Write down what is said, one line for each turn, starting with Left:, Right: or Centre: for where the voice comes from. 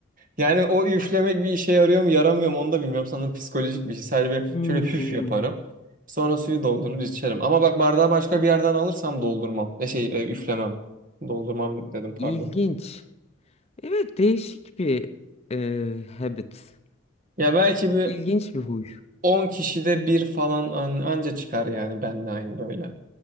Right: yani o üflemek bir işe yarıyor mu yaramıyor mu onu da bilmiyorum. Sanırım psikolojik bir şey. Sadece bir
Left: Hmm,
Right: şöyle hüf yaparım. Sonra suyu doldurur içerim. Ama bak bardağı başka bir yerden alırsam doldurmam. E şey e, üflemem. Doldurmam dedim pardon.
Left: ilginç. Evet değişik bir e, habit.
Right: Ya belki bir
Left: İlginç bir huy.
Right: 10 kişide bir falan an- anca çıkar yani ben de aynı böyle.